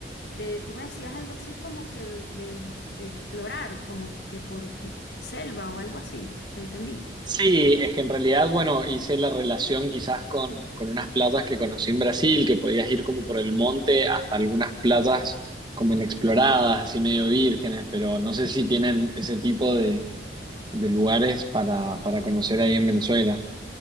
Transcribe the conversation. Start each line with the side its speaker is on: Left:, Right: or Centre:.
Left: de- tú me decías algo así como que de, de explorar, como que por selva o algo así, ¿te entendí?
Right: Sí, es que en realidad, bueno, hice la relación quizás con, con unas playas que conocí en Brasil, que podías ir como por el monte hasta algunas playas como inexploradas, así medio vírgenes, pero no sé si tienen ese tipo de, de lugares para, para conocer ahí en Venezuela.